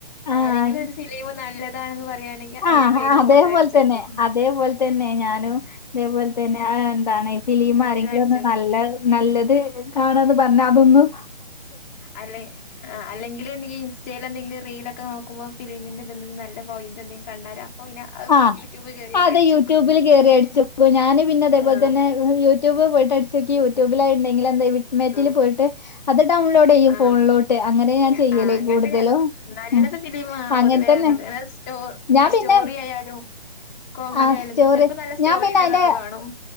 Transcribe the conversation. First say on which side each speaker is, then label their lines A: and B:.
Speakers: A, on the left; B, on the left.
A: ആഹ്
B: ആരെങ്കിലും ഒരു ഫിലിം നല്ലതാണെന്ന് പറയാണെങ്കിൽ
A: ആഹ്
B: അയിൻ്റെ പേര്
A: അതേപോലെ
B: ഫോണില് അടിച്ച്
A: തന്നെ.
B: നോക്കും
A: അതേപോലെ തന്നെ ഞാനും അതേപോലെ തന്നെ അത് എന്താണ് ഫിലിം
B: ഫോണിൽ
A: ആരെങ്കിലും
B: അടിച്ചു
A: ഒന്നും
B: നോക്കും
A: നല്ലത് നല്ലത് കാണാന്ന് പറഞ്ഞാ അതൊന്നും
B: അല്ലെ അല്ലെങ്കില് എന്തെങ്കിലും ഇൻസ് സ്റ്റാലെന്തെങ്കിലും റീലൊക്കെ നോക്കുമ്പം ഫിലിമിന്റെ എന്തെങ്കിലും നല്ല പോയിൻ്റ് എന്തെങ്കിലും കണ്ടാല് പിന്നെ അത്
A: ആഹ്
B: യൂട്യൂബ് കേറിയിട്ട്
A: അതെ
B: അടിച്ചു
A: യൂട്യൂബില്
B: നോക്കും
A: കേറി അടിച്ചോക്കും ഞാന് പിന്നെ ഇതേപോലെ
B: ആഹ്
A: തന്നെ യൂട്യൂബ് പോയിട്ടടിച്ചോക്കി യൂട്യൂബിലത് ഉണ്ടെങ്കിൽ എന്ത മെറ്റിൽ
B: ആഹ്
A: പോയിട്ട് അത് ഡൗൺലോഡ് ചെയ്യും
B: ആഹ്
A: ഫോണിലോട്ട് അങ്ങനെ ഞാൻ
B: അങ്ങ
A: ചെയ്യല്
B: ആഹ് അങ്ങനത്തെ
A: കൂടുതലും
B: കാണും നല്ലത്
A: ഉം
B: ഫിലിമാ
A: അങ്ങൻതന്നെ.
B: പൊതുവേ അങ്ങൻത്തത് അത് സ്റ്റോ
A: ഞാൻ
B: സ്റ്റോറി
A: പിന്നെ
B: ആയാലും കോമഡി
A: ആ
B: ആയാലും
A: സ്റ്റോറി
B: ചെലപ്പം നല്ല സ്റ്റോറിള്ളതൊക്കെ
A: ഞാൻ പിന്നെ അയിന്റെ
B: കാണും